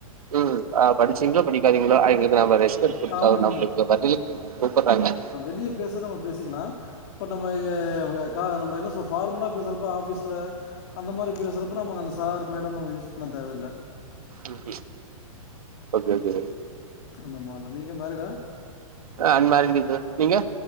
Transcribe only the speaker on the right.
உம் ஆ படிசீகளோ படிகாதீகளோ அவகளுகு அம்பது வயசு
பதிலுகு கூப்பறாக
உம் ஓகே ஓகே
ஆஹ் அன்மெரிடுங்க நீங்க